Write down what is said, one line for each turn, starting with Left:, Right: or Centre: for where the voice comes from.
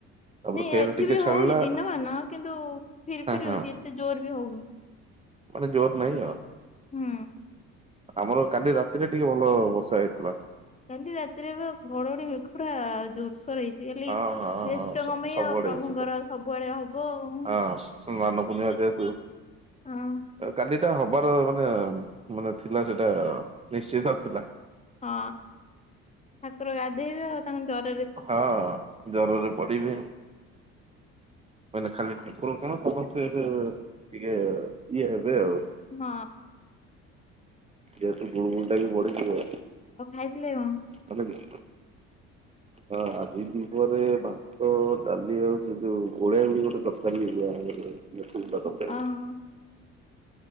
Right: ତାପରେ
Left: ନାଇଁ
Right: ଫେର
Left: ଏଠି
Right: ଟିକେ
Left: ବି
Right: ଛାଡିଲା
Left: ହଉଛି ଦିନମାନ କିନ୍ତୁ ଫିରି
Right: ହଁ
Left: ଫିରି
Right: ହଁ
Left: ହଉଛି ଏତେ ଜୋର ବି ହଉନି।
Right: ମାନେ ଜୋର ନାହିଁ ଆଉ।
Left: ହୁଁ।
Right: ଆମର କାଲି ରାତିରେ ଟିକେ ଭଲ ବର୍ଷା ହେଇଥିଲା।
Left: କାଲି ରାତିରେ ଏବେ ଘଡଘଡି ହେକି ପୁରା ଜୋରସୋର ହେଇଛି। ଜି ଆଲି
Right: ହଁ ହଁ
Left: ଜେଷ୍ଠଙ୍କମ
Right: ହଁ ସବୁଆଡେ
Left: ଆ ପ୍ରଭୁଙ୍କର
Right: ହେଇଛି ତ।
Left: ସବୁଆଡେ ହବ ଆଉ।
Right: ହଁ ସ୍ ମାନ ପୁନିମା ଯେହତୁ
Left: ହଁ।
Right: କାଲି ସେଟା ହବାର ମାନେ ମାନେ ଥିଲା ସେଟା ନିଶ୍ଚିତ ଥିଲା।
Left: ହଁ ଠାକୁର ଗାଧେଇବେ ଆଉ ତାଙ୍କୁ ଜର
Right: ହଁ ଜରରେ ପଡିବେ। ମାନେ ଖାଲି ଠାକୁର କଣ ସମସ୍ତେ ଏବେ ଟିକେ ଇଏ ହେବେ ଆଉ।
Left: ହଁ।
Right: ଯେତୁ ଗୁଣ ଗୁଲଟା ବି ବଢିଯିବ।
Left: ଆଉ ଖାଇଥିଲେ କଣ।
Right: ତମେ ବି। ହଁ ଆଜି ଦି ପରେ ଭା ତ ଡାଲି ଆଉ ସେ ଯୋଉ ଗୋଳିଆ ଗୋଳି ଗୋଟେ ତରକାରୀ ହେଇଥିଲା <unintelligible> ତରକାରୀ।
Left: ଓହୋ